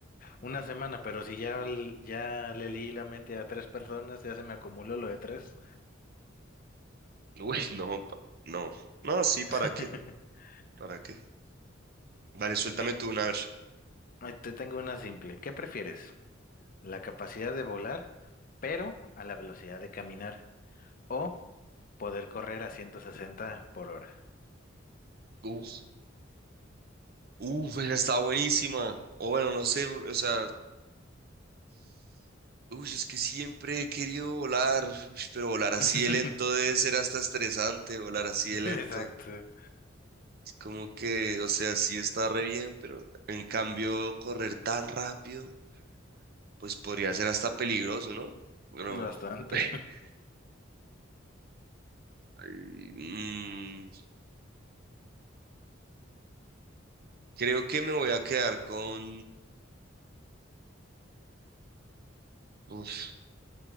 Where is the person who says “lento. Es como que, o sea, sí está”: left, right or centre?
Right